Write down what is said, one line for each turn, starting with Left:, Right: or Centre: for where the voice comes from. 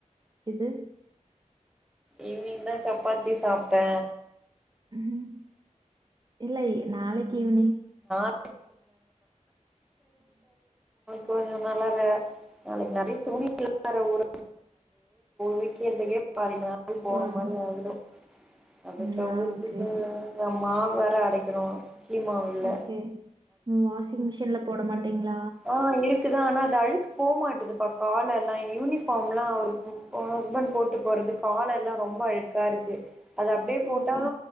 Right: இது
Centre: இஈவனிங் தா சப்பாத்தி சாப்பிட்ட
Right: உம் இல்லை நாளை ஈவனிங்
Centre: <inaudible> <unintelligible> கொஞ்சோ நல்லாவே நாளைக்கு நெறைய துணி வேற ஊற வெச்சு <inaudible> ள் போன
Right: ஒரு
Centre: மாரி ஆயிடும் அத
Right: ம்
Centre: துவச்சிட்டு
Right: ஆ ஓகே
Centre: நா மாவு வேற அறைக்கணு கீ மாவு இல்ல
Right: ஓகே உ வாஷிங் மிஷின்ல போட மாட்டீங்களா
Centre: ஆஹ் இருக்குதான் அது அழுக்கு போக மாட்டேதுபா கால எல்லாம் யூனிஃப் <unintelligible> அவரு ஓ ஹஸ்பண்ட் போட்டு போறது கால எல்லாம் ரொம்ப அழுக்கா இருக்கு அது அப்படியே போட்டா
Right: ஓகே.